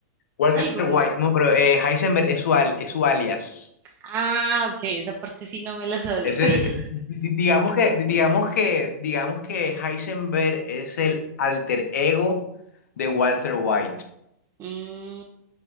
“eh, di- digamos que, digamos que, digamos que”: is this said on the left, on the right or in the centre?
Left